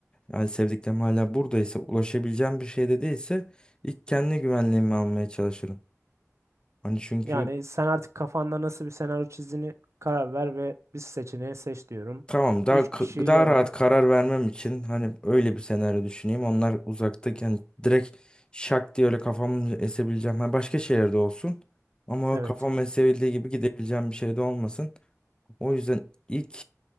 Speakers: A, on the left; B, on the right.
A: Yani sevdiklerim hala buradaysa ulaşabileceğim bir şeyde değilse ilk kendi güvenliğimi almaya çalışırım. Hani çünkü
B: Yani sen artık kafanda nasıl bir senaryo çizdiğini karar ver ve bir seçeneği seç diyorum.
A: Tamam daha
B: 3
A: k-
B: kişiyi
A: daha
B: gördün.
A: rahat karar vermem için hani öyle bir senaryo düşüneyim. Onlar uzaktayken direkt şak diye öyle kafamı esebileceğim. Ha, başka şehirde olsun ama
B: Evet.
A: kafam esebildiği gibi gidebileceğim bir şey de olmasın. O yüzden ilk